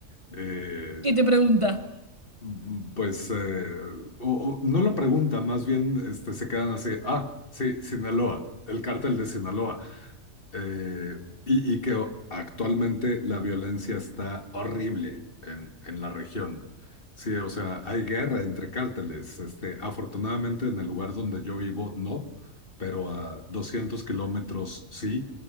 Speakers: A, on the left (about 45°); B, on the right (about 25°).
A: Eh,
B: ¿Qué te pregunta?
A: Mm, Pues eh, o- o no lo pregunta, más bien este, se quedan así, ah, sí, Sinaloa, el cártel de Sinaloa. Eh, y, y que o- actualmente la violencia está horrible en, en la región. Sí, o sea, hay guerra entre cárteles. Este, afortunadamente en el lugar donde yo vivo no, pero a 200 kilómetros sí.